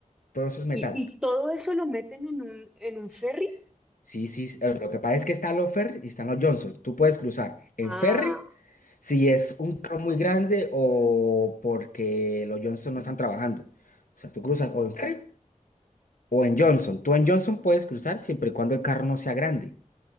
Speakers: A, on the left; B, in the centre.
A: todo eso es metal.
B: ¿Y, y todo eso lo meten en un, en un
A: S-
B: ferry?
A: Sí, sí, eh, lo que pasa es que están los ferry y están los Johnson. Tú puedes cruzar en
B: Ah,
A: ferry si es un carro muy grande o porque los Johnson no están trabajando. O sea, tú cruzas o en ferry o en Johnson. Tú en Johnson puedes cruzar siempre y cuando el carro no sea grande.